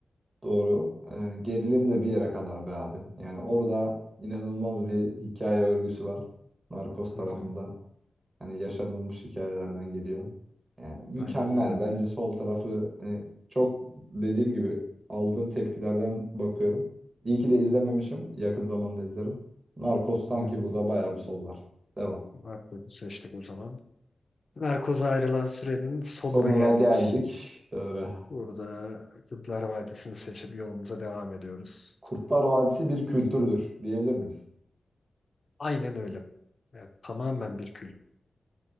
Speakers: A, on the right (about 50°); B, on the left (about 50°).
A: doğru. Ee, gerilim de bir yere kadar be abi. Yani orada inanılmaz bir hikaye örgüsü var. Narcos tarafında.
B: Hı hı.
A: Hani yaşanılmış hikayelerden geliyor. Yani mükemmel.
B: Aynen öyle.
A: Bence sol tarafı hani çok dediğim gibi aldığım tepkilerden bakıyorum. İyi ki de izlememişim. Yakın zamanda izlerim. Narcos sanki
B: Hı hı.
A: burada bayağı bir sollar. Devam.
B: Narkoz'u seçtik o zaman. Narkoz'a ayrılan sürenin sonuna
A: Sonuna
B: geldik.
A: geldik. Doğru.
B: Burada Kurtlar Vadisi'ni seçip yolumuza devam ediyoruz.
A: Kurtlar Vadisi bir kültürdür diyebilir miyiz?
B: Aynen öyle. Yani tamamen bir kült.